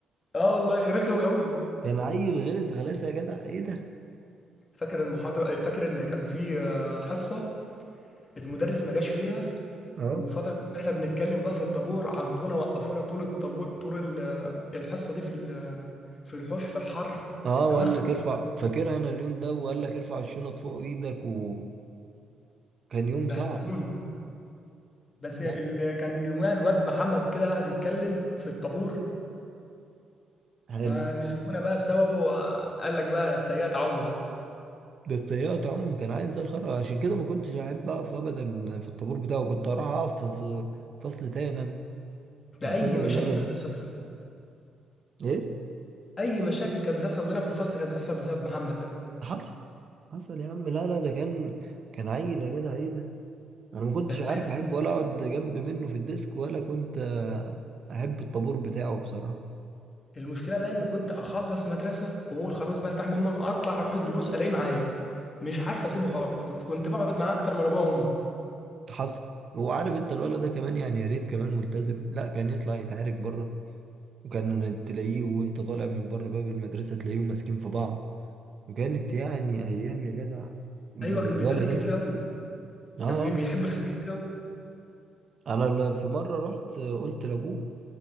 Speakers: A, on the left; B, on the right.
A: اه والله رخم قوي
B: كان عيل غلس غلاسه يا جدع ايه ده
A: فاكر المحاضره فاكر اللي كان فيه آه، حصه المدرس ما جاش فيها
B: اه
A: وفترة كنا احنا بنتكلم بقى في الطابور عاقبونا وقفونا طول الطابور طول ال- الحصة دي في ال- في الحوش في الحر
B: اه
A: اتنفخنا
B: وقال لك ارفع فاكرها انا اليوم ده وقال لك ارفع الشنط فوق ايدك وكان يوم
A: بهدلونا
B: صعب
A: بس اللي
B: ده
A: كان يومها الواد محمد كده قاعد يتكلم في الطابور
B: حلو
A: فمسكونا بقى بسببه قال لك بقى السيئات عم بقى
B: بس تهيأت عم كان عيل زي الخرا عشان كده ما كنتش احب اقف ابدا في الطابور بتاعه كنت اروح اقف في في فصل تاني انا بسبب
A: ده اي مشاكل
B: الولد
A: كانت بتحصل
B: ده
A: بسببه
B: ايه
A: اي مشاكل كانت بتحصل لنا في الفصل كانت بتحصل بسبب محمد ده
B: حصل حصل يا عم لا لا ده كان كان عيل يا جدع ايه ده انا ما كنتش
A: ده الواحد
B: عارف احب ولا اقعد جنب منه في الديسك ولا كنت آه، احب الطابور بتاعه بصراحه
A: المشكله بقى ان كنت اخلص مدرسه واقول خلاص بقى ارتاح منه اطلع اروح الدروس الاقيه معايا مش عارف اسيبه خالص كنت بقعد معاه اكتر من ابويا وامي
B: حصل هو عارف انت الولد ده كمان يعني يا ريت كمان ملتزم لا كان يطلع يتعارك بره وكان تلاقيه وانت طالع من بره باب المدرسه تلاقيهم ماسكين في بعض وكانت يعني ايام يا جدع بالولد
A: ايوه كان بيتخانق كتير
B: ده
A: قوي
B: اه آه.
A: كان بي- بيحب الخناق كتير قوي
B: انا ل- في مره رحت آه، قلت لابوه